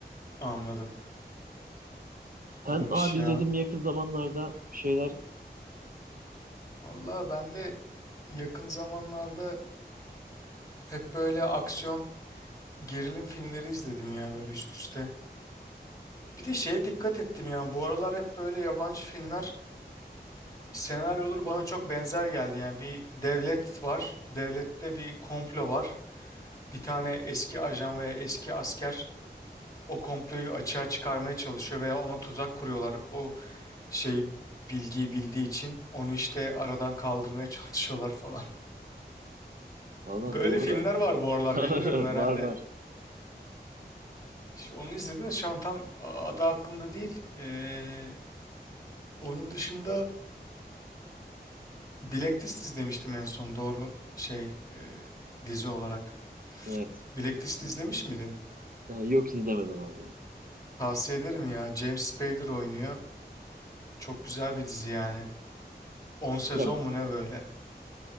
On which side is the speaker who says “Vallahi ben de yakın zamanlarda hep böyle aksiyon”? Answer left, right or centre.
Left